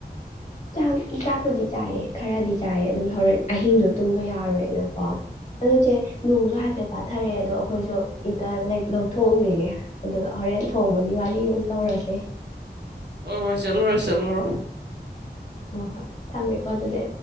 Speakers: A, on the left (about 40°); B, on the right (about 75°).
A: ꯆꯥꯛ ꯆꯥꯛꯄꯨꯗꯤ ꯆꯥꯏꯌꯦ ꯈꯔꯗꯤ ꯆꯥꯏꯌꯦ ꯑꯗꯨꯝ ꯍꯣꯔꯦꯟ ꯑꯍꯤꯡꯗꯣ ꯇꯨꯝꯕ ꯌꯥꯔꯣꯏꯅꯀꯣ ꯑꯗꯨꯣ ꯆꯦ ꯅꯣꯡꯁꯨ ꯍꯥꯏꯐꯦꯠ ꯄꯥꯊꯔꯛꯑꯦ ꯑꯗꯣ ꯑꯩꯈꯣꯏꯁꯨ ꯑꯝꯇ ꯂꯧꯊꯣꯛꯎꯔꯤꯒꯦ ꯑꯗꯨꯒ ꯍꯣꯔꯦꯟ ꯊꯣꯡꯕꯒꯤ ꯋꯥꯔꯤ ꯑꯃꯨ ꯇꯧꯔꯁꯦ
B: ꯍꯣꯏ ꯍꯣꯏ ꯆꯠꯂꯨꯔꯣꯏ ꯆꯠꯂꯨꯔꯣ
A: ꯍꯣꯏ ꯍꯣꯏ ꯊꯝꯃꯦꯀꯣ ꯑꯗꯨꯗꯤ